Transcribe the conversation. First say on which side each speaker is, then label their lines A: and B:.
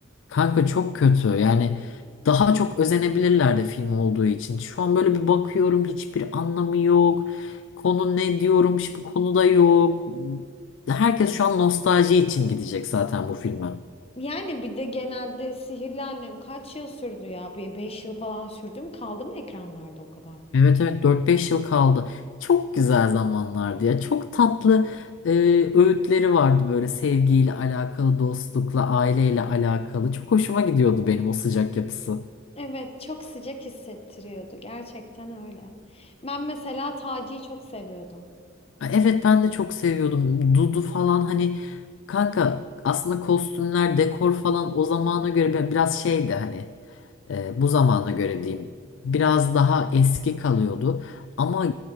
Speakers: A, on the left; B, on the left.
A: Kanka çok kötü. Yani daha çok özenebilirlerdi film olduğu için. Şu an böyle bir bakıyorum hiçbir anlamı yok. Konu ne diyorum hiçbir konu da yok. Herkes şu an nostalji için gidecek zaten bu filme.
B: Yani bir de genelde Sihirli Annem kaç yıl sürdü ya? Bir 5 yıl falan sürdü mü? Kaldı mı ekranlarda o kadar?
A: Evet evet dört beş yıl kaldı. Çok güzel zamanlardı ya. Çok tatlı e, öğütleri vardı böyle sevgiyle alakalı, dostlukla, aileyle alakalı. Çok hoşuma gidiyordu benim o sıcak yapısı.
B: Evet, çok sıcak hissettiriyordu. Gerçekten öyle. Ben mesela Taci'yi çok seviyordum.
A: Evet ben de çok seviyordum. Dudu falan hani kanka aslında kostümler, dekor falan o zamana göre bi- biraz şeydi hani e, bu zamana göre diyeyim. Biraz daha eski kalıyordu. Ama